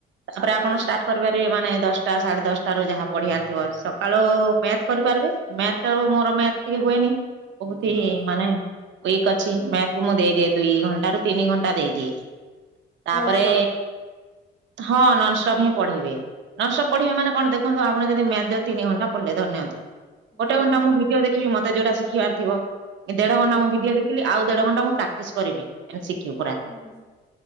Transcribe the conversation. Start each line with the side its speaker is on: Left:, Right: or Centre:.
Right: ତାପରେ
Left: ହୁଁ
Right: ଆପଣ ଷ୍ଟାର୍ଟ ାର ମାନେ ଦଶଟା ସାଢେ ଦଶଟା ର ଯାହା ପଢିାର ଥିବ ସକାଳୁ ମ୍ୟାଥ କରିପାରିବେ। ମ୍ୟାଥ ମୋର ମ୍ୟାଥ ଟିକେ ହୁଏନି ବହୁତ
Left: ହୁଁ
Right: ହି ମାନେ ୱିକ ଅଛି। ମ୍ୟାଥକୁ ମୁଁ ଦେଇଦିଏ ଦୁଇ ଘଣ୍ଟା ରୁ ତିନି ଘଣ୍ଟା ଦେଇଦିଏ ତାପରେ।
Left: ନନଷ୍ଟପ୍
Right: ହଁ ନନଷ୍ଟପ୍ ହିଁ ପଢିବେ ନନପ୍ ପଢିବେ ମାନେ କଣ ଦେଖନ୍ତୁ ଆପଣ ଯଦି ମଚ ତିନି ଘଣ୍ଟା ଧଅନ୍ତୁ ଗୋଟେ
Left: ହଁ
Right: ଘଣ୍ଟାଁ ଭିଡିଓ ଦେଖିବି ମତେ ଯୋଉଟା ଶିଖିବାର ଥିବ ଦେଢ
Left: ହୁଁ
Right: ଘଣ୍ଟା ମୁଁ ଭିଡିଓ ଦେଖି ଆଉ ଦେଢ ଘଣ୍ଟା ମୁଁ ପ୍ରାକ୍ଟିସ କରିବି ଏମତି ଶିଖିବୁ ପୁର
Left: ହୁଁ